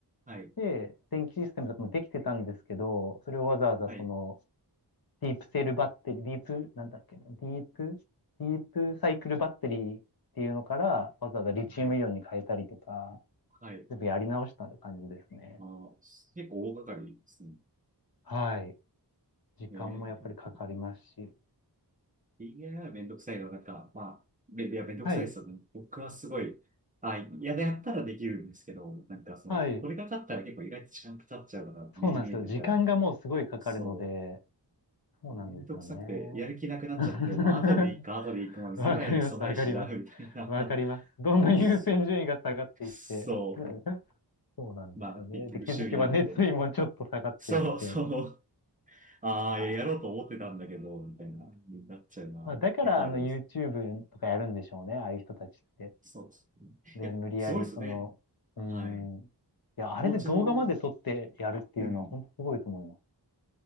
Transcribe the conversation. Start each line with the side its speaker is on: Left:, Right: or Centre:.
Right: い。
Left: で、電気システムとかもできてたんですけど、それをわざわざその、
Right: はい。
Left: ディープセルバッテリー、ディープ、なんだっけな、ディープ、ディープサイクルバッテリーっていうのから、わざわざリチウムイオンに変えたりとか、
Right: はい。はい。
Left: 全部やり直した感じですね。
Right: あー、結構大掛かりですね。
Left: はい。時間もやっぱりかかりますし。
Right: えー DIY めんどくさいのは、なんか、まあ、めいや、めんどくさいですよね。
Left: はい。
Right: 僕はすごい、あ、嫌ややったらできるんですけど、なんかその、
Left: はい。
Right: 取り掛かったら結構意外と時間かかっちゃうのが目に見えてるから、
Left: そうなんですよ。時間がもうすごいかかるので、
Right: そ
Left: そうなんですよね。
Right: う、めんどくさくて、やる気なくなっちゃって、
Left: <laughs>
Right: まあ、後でいいか、後でいいか、まあ、別に今やる必要ないしな、
Left: わかります、わかります。
Right: みたいな。
Left: わかります。どんどん優先順位が下がっていって。
Right: そそ
Left: <laughs> そうなんですよね。
Right: う、まあ、結局趣味なんで、
Left: で、気づけば熱意もちょっと下がっていって。
Right: そう、そう、ああ、
Left: いやー
Right: いややろうと思ってたんだけど、みたいな、になっちゃうな、
Left: まあ、だから、
Right: 結構あります。
Left: あの、YouTube とかやるんでしょうね、ああいう人たちって。
Right: そうですね。
Left: で、
Right: いや、
Left: 無理やり、
Right: すごいですね。
Left: その、うーん、
Right: はい。
Left: いや、あれで動画まで撮ってやるっていうのは、
Right: お家の、うん。
Left: 本当すごいと思います。